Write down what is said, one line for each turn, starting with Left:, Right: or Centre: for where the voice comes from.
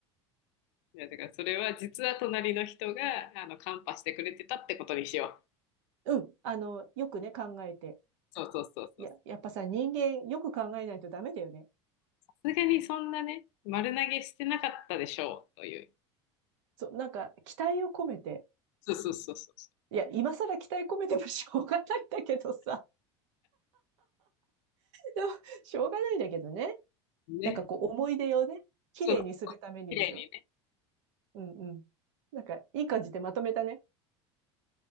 Left: だからそれは実は隣の人があのカンパしてくれてたってことにしよう。
Right: うん。あの、よくね、考えて。
Left: そうそうそうそう。
Right: いや、
Left: さ
Right: やっぱさ、人間、よく考えないとダメだよね。
Left: すがにそんなね、丸投げしてなかったでしょうという。
Right: そう、なんか、期待を込めて。
Left: そうそうそうそ
Right: いや、今更期待込めてもしょうがないんだけどさ。でもしょうがないんだけどね。
Left: う。ね。
Right: なんかこう思い出をね、綺麗にするためにでしょ
Left: そう、綺麗にね。
Right: うんうん。なんかいい感じでまとめたね。